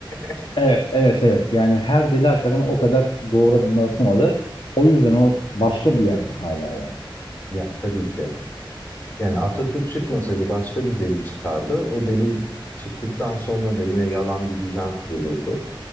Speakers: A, on the left; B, on the left.
A: <laughs>
B: Evet, evet, evet. Yani her deli hakikaten o kadar doğru adımlar atamadı. O yüzden o başka bir yerde hala ya.
A: Ya, tabii ki. Yani Atatürk çıkmasaydı başka bir deli çıkardı. O deli çıktıktan sonra da yine yalan bir düzen kurulurdu.